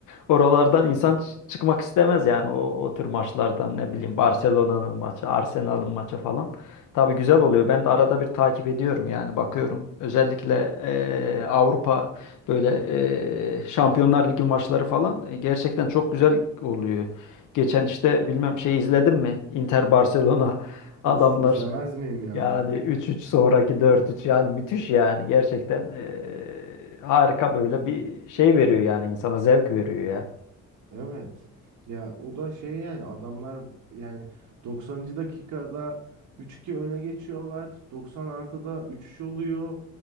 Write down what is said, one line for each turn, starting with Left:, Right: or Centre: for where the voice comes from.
Left: oralardan insan ç- çıkmak istemez yani o, o tür maçlardan ne bileyim Barcelona'nın maçı, Arsenal'ın maçı falan. Tabii güzel oluyor. Ben de arada bir takip ediyorum yani bakıyorum. Özellikle e, Avrupa böyle e, Şampiyonlar Ligi maçları falan e, gerçekten çok güzel oluyor. Geçen işte bilmem şey izledim mi? Inter Barcelona <laughs> adamlar
Right: Of izlemez miyim ya?
Left: Yani üç üç sonraki dört üç yani müthiş yani gerçekten eee, harika böyle bir şey veriyor yani insana zevk veriyor ya.
Right: Evet. Ya o da şey yani adamlar yani doksanıncı dakikada üç 2 öne geçiyorlar. doksan artıda 3-3 oluyor.